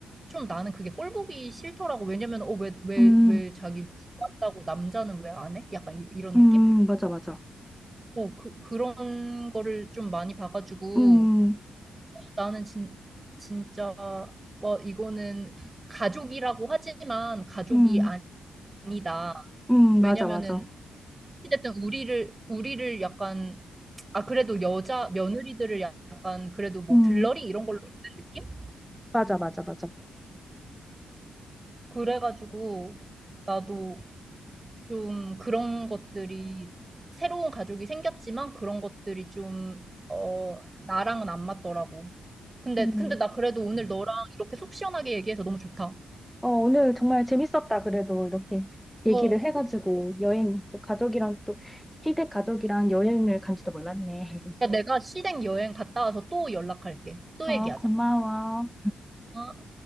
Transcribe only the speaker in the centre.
응,
응,
맞아, 맞아.
응,
응,
응,
맞아, 맞아.
응,
맞아, 맞아, 맞아.
응
어, 오늘 정말 재밌었다. 그래도 이렇게
얘기를 해가지고 여행, 또 가족이랑 또 시댁 가족이랑 여행을 간지도 몰랐네. <laughs>
어,
고마워.